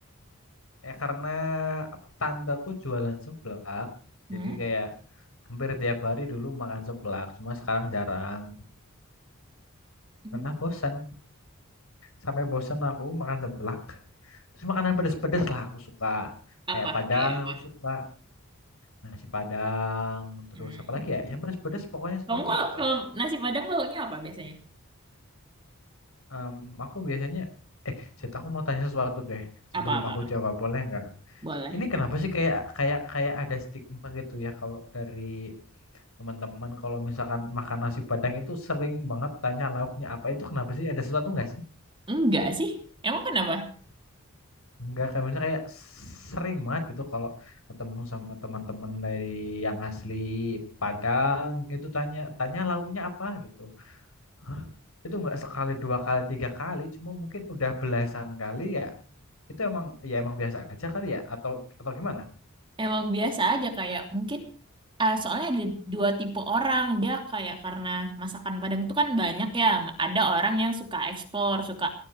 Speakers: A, on the left; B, on the right.
A: Ya karena tandaku jualan seblak
B: Hmm?
A: jadi kayak hampir tiap hari dulu makan seblak cuma sekarang jarang
B: Hmm.
A: karena bosan sampai bosan aku makan seblak terus makanan pedes-pedes lah aku suka kayak
B: Apa?
A: Padang
B: Kayak apa?
A: aku suka nasi Padang, terus
B: Hmm.
A: apa lagi ya? Yang pedas-pedas pokoknya semua
B: Kamu
A: aku
B: kalau,
A: suka
B: kalau
A: lah.
B: nasi Padang baunya apa biasanya?
A: Em, aku biasanya, eh, Zed, aku mau tanya sesuatu deh sebelum
B: Apa-apa?
A: aku jawab, boleh nggak?
B: Boleh.
A: Ini kenapa sih kayak kayak kayak ada stigma gitu ya kalau dari teman-teman kalau misalkan makan nasi Padang itu sering banget tanya lauknya apa itu kenapa sih? Ada sesuatu nggak sih?
B: Enggak sih. Emang kenapa?
A: Enggak, kayak misalnya kayak sering banget gitu kalau ketemu sama teman-teman dari yang asli Padang gitu tanya tanya lauknya apa gitu. Hah? Itu nggak sekali, dua kali, tiga kali, cuma mungkin udah belasan kali ya. Itu emang ya emang biasa aja kali ya atau atau gimana?
B: Emang biasa aja kayak mungkin Ah, soalnya ada dua tipe orang. Dia kayak karena masakan Padang itu kan banyak ya. Ada orang yang suka ekspor, suka